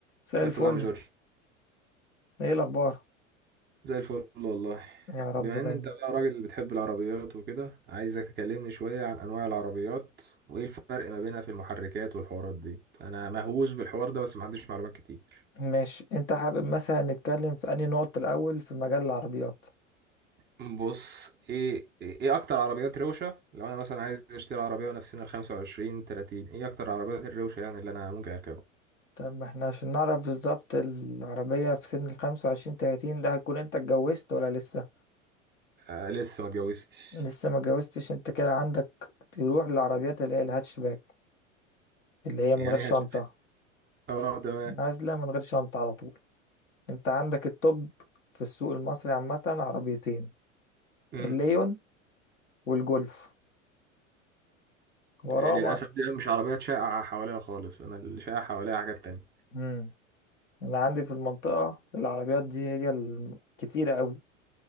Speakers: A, on the left (about 80°); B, on the right (about 25°).
A: مساء
B: مساء
A: الفل
B: الفل يا عم جورج
A: ايه الاخبار
B: زي الفل والله
A: يا رب
B: بما
A: دايما
B: ان انت بقى راجل بتحب العربيات وكده عايزك تكلمني شوية عن انواع العربيات وايه الفرق ما بينها في المحركات والحوارات دي انا مهووس بالحوار ده بس ما عنديش معلومات كتير
A: ماشي انت حابب مثلا نتكلم في انهي نقطة الاول في مجال العربيات
B: بص ايه ايه اكتر عربيات روشة لو انا مثلا عايز اشتري عربية وانا في سن ال 25 30 ايه اكتر عربيات الروشة يعني اللي انا ممكن اركبها
A: طب احنا عشان نعرف بالظبط العربية في سن الخمسة وعشرين تلاتين ده هتكون انت اتجوزت ولا لسه
B: آه لسه ما اتجوزتش
A: لسه ما اتجوزتش انت كده عندك تروح للعربيات اللي هي الهاتشباك اللي هي من
B: يعني
A: غير شنطة
B: هش... اه تمام
A: نازلة من غير شنطة على طول انت عندك التوب في السوق المصري عامة عربيتين
B: امم
A: الليون والجولف وراهم
B: للاسف
A: ع-
B: دي مش عربيات شائعة حواليا خالص انا اللي شائع حواليا حاجات تانية
A: مم. انا عندي في المنطقة العربيات دي هي الكتيرة قوي